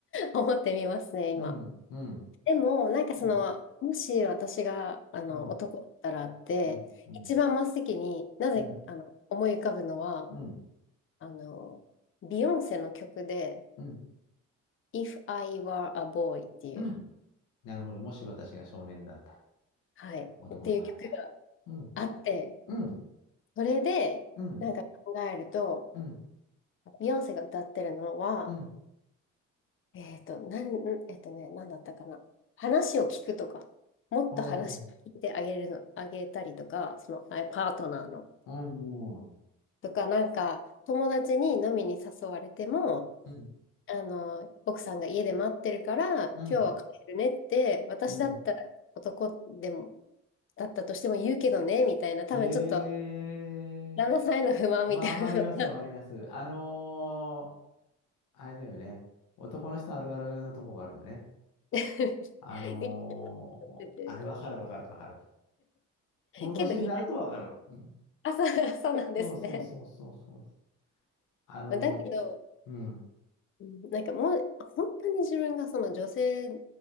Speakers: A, on the left (about 45°); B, on the left (about 85°).
A: 思ってみますね、
B: うん、
A: 今。
B: うん、
A: でも、なんかその、
B: うん、
A: もし私が、あの、
B: うん、
A: 男だったらって、
B: うん、うん、
A: 一番真っ先になぜ、
B: うん、
A: あの、思い浮かぶのは、
B: うん、
A: あの、ビヨンセの曲で、
B: うん。
A: If I Were a Boy っていう、
B: うんなるほど。もし私が少年だったら、
A: はい、
B: 男の子だったら。
A: っていう曲が
B: うん、
A: あって、
B: うん、
A: それで、
B: うん、
A: なんか考えると、
B: うん、
A: ビヨンセが歌ってるのは、
B: うん。
A: えっと、なん、んえっとね、なんだったかな。話を聞くとか、もっと話聞いてあげるの、
B: おー、
A: あげたりとか、その、あパートナーの。
B: うん、う
A: とか、なんか、友達に飲みに誘われても、
B: ん、
A: あの、奥さんが家で待ってるから、
B: うん、
A: 今日は帰るねって、私だったら男でも、
B: うん。
A: だったとしても言うけどね、みたいな、多分ちょっと、
B: え
A: 旦那さんへの不満みたいなのが
B: ー、わかります、わかります。あのーあれだよね。男の人あるあるのとこがあるよね。
A: <laughs>。
B: あのーあれわかるわかるわかる。
A: 見てて
B: この年になるとわかる。
A: けど、意外
B: うん。
A: あそうそうなんですね。
B: そうそうそうそうそう。あの
A: まあだけど、
B: ーうん、
A: うんなんかもう、本当に自分がその女性、